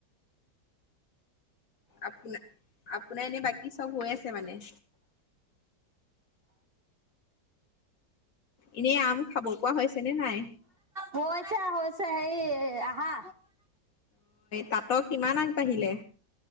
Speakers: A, on the left; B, on the right.
A: আপোনাৰ, আপোনাৰ এনে বাকী চব হৈ আছে? সেমানে এনেই আম খাব পৱা হৈছে নে নাই?
B: হৈছে হৈছে সেই আহা।
A: তাঁাটক কিমান আগবাঢ়িলে?